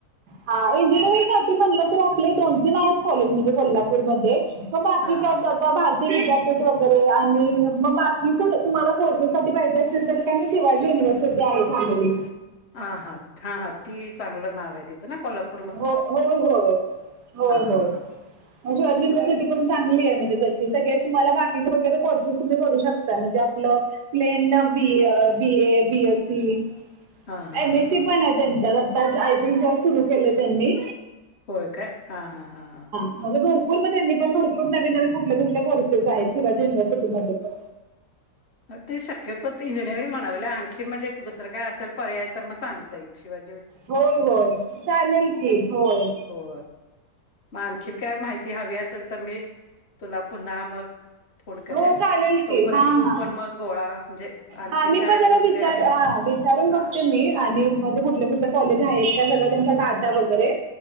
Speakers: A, on the right; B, on the left.
A: हा इंजिनिअरिंग सा म्हणलं तर आपले दोन तीन आहेत कॉलेज म्हणजे कोल्हापूर मध्ये पण बाकी
B: हा
A: काय
B: हा
A: ते विद्यापीठ वगैरे आणि मग बाकी ज तुम्हाला कोर्सेस साठी पाहिजे असेल तर आणि शिवाजी युनिव्हर्सिटी आहे चांगली.
B: हा हा हा हा ती चांगलं नाव आहे तिचं ना कोल्हाप
A: हो होय होय होय
B: हा
A: होय.
B: हा हा
A: शिवाजी युिव्हर्सिटी
B: हा
A: पण चांगली आहे म्हणजे तशी सगळे तुम्हाला बाकीचे वगैरे कोर्सेस तुम्ही करू शकता म्हणजे आपलं plain B A B A B S C.
B: हा हा
A: एम
B: हा
A: एस सी
B: हा
A: पण आहे त्यांच्यात आता आयसी सुरू केलं त्यांनी
B: होय काय हा हा हा हा
A: म्हणजे भरपूर म त्यांनी पण भरपूर नवी नवीन कुठले कुठले कोर्सेस आहेत शिवाजी युनवर्सिटीमध्ये पण
B: ते शक्यतो इंजिनिअरिंग म्हणाले आणखी म्हणजे एक दुसरं काय असेल पर्याय तर मग सांगता येईल शिवाय
A: होय होय चालेल की होय.
B: हो मग आणखीन काय माहिती हवी असेल तर मी तुला पुन्हा मग फोन करेन
A: हो चालेल
B: तोपर्यंत
A: की हा
B: तु
A: हा
B: मग गोळा म्हणजे आणखीन
A: हा मी
B: काय
A: पण जरा
B: दुसरे
A: विचार
B: आहेत
A: हा
B: का
A: विचारून बघते
B: हा
A: मी आणि म्हणजे कुठले कुठले कॉलेज आहेत का सगळं त्यांचा डाटा वगैरे